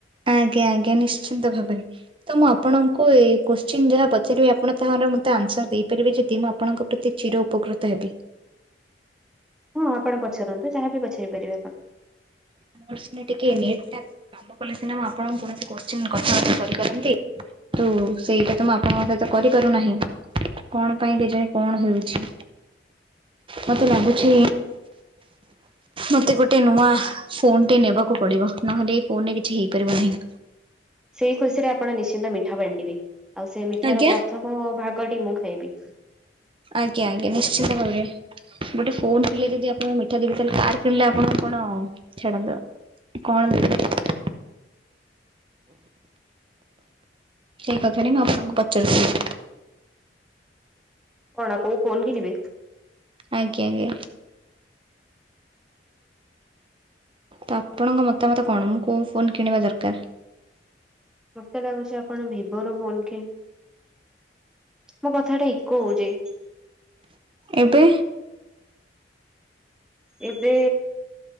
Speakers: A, on the right; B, in the centre.
A: ଆଜ୍ଞା ଆଜ୍ଞା ନିଶ୍ଚିନ୍ତ ଭାବରେ। ତ ମୁଁ ଆପଣଙ୍କୁ ଏ କୋଶ୍ଚିନ୍ ଯାହା ପଚାରିବି ଆପଣ ତାହାର ମୋତେ ଆନ୍ସର ଦେଇପାରିବେ ଯଦି ମୁଁ ଆପଣଙ୍କ ପ୍ରତି ଚିର ଉପକୃତ ହେବି।
B: ହଁ ଆପଣ ପଚରନ୍ତୁ ଯାହା ବିି ପଚାରି ପାରିବେ ଆପଣ‌।
A: ମୋର ସିନା ଟିକେ ନେଟ୍ଟା କାମକଲେସିନା ମୁଁ ଆପଣ କୌଣସି କୋସ୍ଚିନ୍ କଥାବାର୍ତ୍ତା କରିପାରନ୍ତି। ତୁ ସେଇଟା ତ ମୁଁ ଆପଣଙ୍କ ସହିତ କରିପାରୁ ନାହିଁ। କଣ ପାଇଁ କେଜାଣି କଣ ହେଉଚି। ମତେ ଲାଗୁଛି ମତେ ଗୋଟେ ନୂଆ ଫୋନ ଟେ ନେବାକୁ ପଡିବ ନହେଲେ ଏଇ ଫୋନରେ କିଛି ହେଇପାରିବନି।
B: ସେଇ ଖୁସି ରେ ଆପଣ ନିଶ୍ଚିନ୍ତ ମିଠା ବାଣ୍ଟିବେ ଆଉ ସେଇ ମିଠା
A: ଆଜ୍ଞା
B: ର ପ୍ରଥମ ମ ଭାଗଟି ମୁଁ ଖାଇବି।
A: ଆଜ୍ଞା ଆଜ୍ଞା ନିଶ୍ଚିନ୍ତ ଭାବରେ। ଗୋଟେ ଫୋନ କିଣିଲେ ଯଦି ଆପଣଙ୍କୁ ମିଠା ଦେବି ତାହେଲେ କାର୍ କିଣିଲେ ଆପଣକୁ କଣ ଛାଡ଼ନ୍ତୁ। କଣ ଦେବି? ସେଇ କଥା ଟି ମୁଁ ଆପଣଙ୍କୁ ପଚାରୁଥିଲି।
B: କଣ କୋଉ ଫୋନ କିଣିବେ?
A: ଆଜ୍ଞା ଆଜ୍ଞା। ତ ଆପଣଙ୍କ ମତାମତ କଣ ମୁଁ କୋଉ ଫୋନ୍ କିଣିବା ଦରକାର?
B: ମତେ ଲାଗୁଛି ଆପଣ ଭିବୋ ର ଫୋନ୍ କିଣି ମୋ କଥା ଟା ଇକୋ ହଉଛି।
A: ଏବେ?
B: ଏବେ